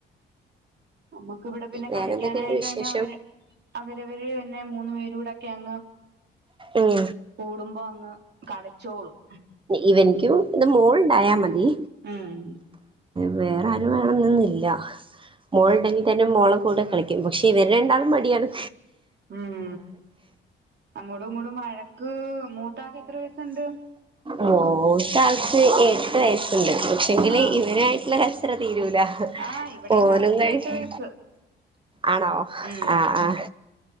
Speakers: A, on the right; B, on the right.
A: നമ്മുക്ക് ഇവെടെ പിന്നെ കളക്കാനായ്ട്ട്ന്നെ
B: വേറെന്തൊക്കെയുണ്ട് വിശേഷം
A: അവെര്. അവെരവര്ന്നെ മൂന്ന് പേരുടെക്കെ അങ്ങ്.
B: ഉം
A: കൂടുമ്പോ അങ്ങ് കളിച്ചോളും.
B: ഇവെനിക്കും ഇത് മോളുണ്ടായ മതി.
A: ഉം
B: വേറെ ആരും വേണന്നൊന്നില്ല. മോളുണ്ടെങ്കിൽ തന്നെ മോളക്കൂടെ കളിക്കും. പക്ഷെ ഇവെര് രണ്ടാളും അടിയാണ്.
A: ഉം അങ്ങോട്ടുമിങ്ങോട്ടും വഴക്ക്. മൂത്താക്ക് എത്ര വയസൊണ്ട്?
B: മൂത്താൾക്ക് എട്ട് വയസ്സൊണ്ട്. പക്ഷേ ങ്കില്
A: ആഹ്
B: ഇവനായിട്ടുള്ള കച്ചറ തീരൂല.
A: ആഹ് ഇവിടെയും
B: പോലും
A: കറക്റ്റ്
B: കഴിഞ്ഞ്
A: എട്ട് വയസ്സ്
B: ആണോ
A: ഉം
B: ആഹ് ആഹ്.